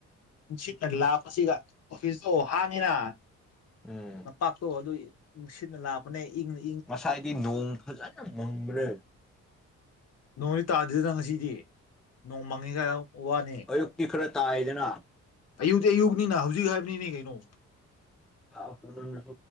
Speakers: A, on the left; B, in the centre.
A: ꯅꯨꯡꯁꯤꯠꯅ ꯂꯥꯛꯄꯁꯤꯒ ꯑꯣꯐꯤꯁꯇꯣ ꯍꯥꯡꯉꯤꯅ
B: ꯎꯝ
A: ꯂꯝꯄꯥꯛꯇꯣ ꯑꯗꯨꯒꯤ ꯏꯪ ꯁꯤꯠꯅ ꯂꯥꯛꯄꯅꯦ ꯏꯪꯅꯤ
B: ꯉꯁꯥꯏꯗꯤ ꯅꯣꯡ ꯐꯖꯅ ꯃꯪꯕ꯭ꯔꯦ
A: ꯅꯣꯡꯗꯤ ꯇꯥꯗꯗꯅ ꯉꯁꯤꯗꯤ ꯅꯣꯡꯃꯥꯡꯉꯤ ꯀ ꯋꯥꯅꯤ
B: ꯑꯌꯨꯛꯇꯤ ꯈꯔ ꯇꯥꯏꯗꯅ
A: ꯑꯌꯨꯛꯇꯤ ꯑꯌꯨꯛꯅꯤꯅ ꯍꯧꯖꯤꯛ ꯍꯥꯏꯕꯅꯤꯅꯦ ꯀꯩꯅꯣ
B: ꯄꯥꯎ ꯀꯅ